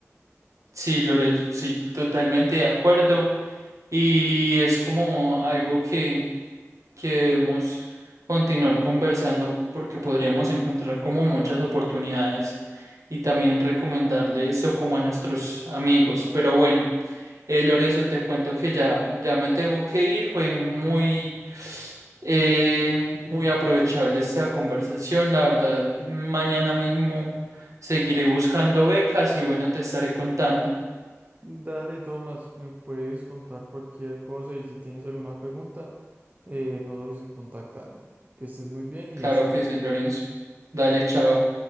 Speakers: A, on the right; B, on the right.
A: Sí, Lorenzo, sí, totalmente de acuerdo. Y es como algo que que debemos continuar conversando porque podríamos encontrar como muchas oportunidades y también recomendarle eso como a nuestros amigos. Pero bueno, eh, Lorenzo, te cuento que ya, ya me tengo que ir. Fue muy, eh, muy aprovechable esta conversación. La verdad, mañana mismo seguiré buscando becas y bueno, te estaré contando.
B: Dale, Tomás, me puedes contar cualquier cosa y si tienes alguna pregunta, eh, no dudes en contactarme. Que estés muy bien y
A: Claro
B: hasta luego.
A: que sí, Lorenzo. Dale, chao.